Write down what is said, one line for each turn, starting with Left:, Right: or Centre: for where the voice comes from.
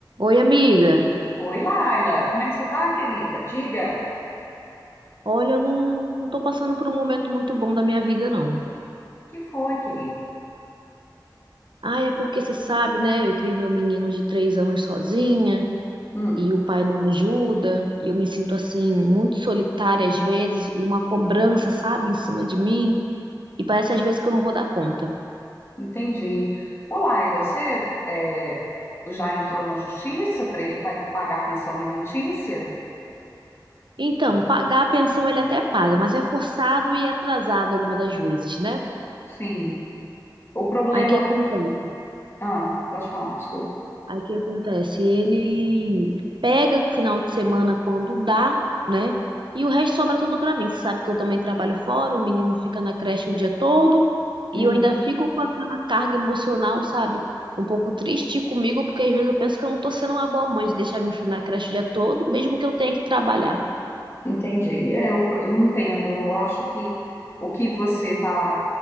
Right: Oi, amiga.
Left: Oi, Laila, como é que você tá, querida? Diga,
Right: Olha, eu não, não tô passando por um momento muito bom da minha vida, não.
Left: que foi, querida?
Right: Ah, é porque você sabe, né? Eu criei meu menino de três anos sozinha
Left: Hum,
Right: e o pai não ajuda. E eu me sinto, assim, muito solitária às vezes e uma cobrança, sabe, em cima de mim. E parece às vezes que eu não vou dar conta.
Left: entendi. Ô, Laila, você é, já entrou na justiça para ele pa- pagar a pensão alimentícia?
Right: Então, pagar a pensão ele até paga, mas é forçado e atrasado algumas das vezes, né?
Left: Sim. O problema.
Right: Aí o que acontece?
Left: Ah, pode falar, desculpa.
Right: Aí o que acontece? Ele pega o final de semana quando dá, né? E o resto sobra tudo pra mim. Você sabe que eu também trabalho fora, o menino fica na creche o dia todo e
Left: Uhum,
Right: eu ainda fico com aquela carga emocional, sabe? Um pouco triste comigo, porque às vezes eu penso que eu não tô sendo uma boa mãe de deixar meu filho na creche o dia todo, mesmo que eu tenha que trabalhar.
Left: entendi. É, eu, pro- eu entendo. Eu acho que o que você está